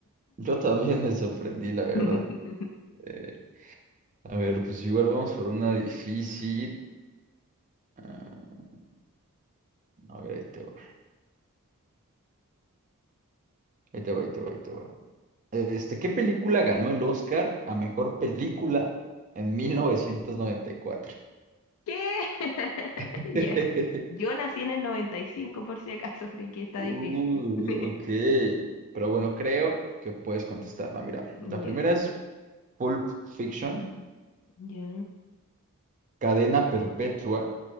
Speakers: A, on the right; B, on the left.
A: yo también me sorprendí, la verdad.
B: <laughs>
A: Eh, a ver, pues igual vamos por una difícil. Ah, a ver, ahí te va. Ahí te va, ahí te va, ahí te va. Este, ¿qué película ganó el Oscar a mejor película en 1994?
B: ¿Qué? <laughs>
A: <laughs>
B: Ya. Yo nací en el 95 por si acaso, así que está
A: Uy,
B: difícil. <laughs>
A: ok. Pero bueno, creo que puedes contestarla. Mira, la
B: Ya,
A: primera es Pulp Fiction,
B: ya.
A: Cadena Perpetua,